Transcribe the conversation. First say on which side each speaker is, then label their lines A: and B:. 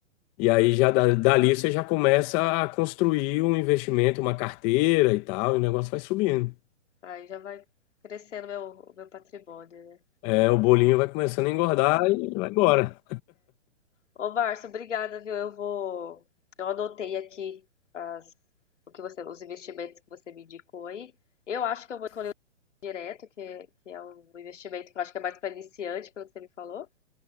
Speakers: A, on the left; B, on the left.
A: E aí já da- dali você já começa a construir um investimento, uma carteira e tal, e o negócio vai subindo.
B: Aí já vai crescendo meu, o meu patrimônio, né?
A: É, o bolinho vai começando a engordar e vai embora.
B: Ô, Márcio, obrigada, viu? Eu vou. Eu anotei aqui as, você- os investimentos que você me indicou aí. Eu acho que eu vou direto, que, que é um investimento que eu acho que é mais para iniciante, pelo que você me falou.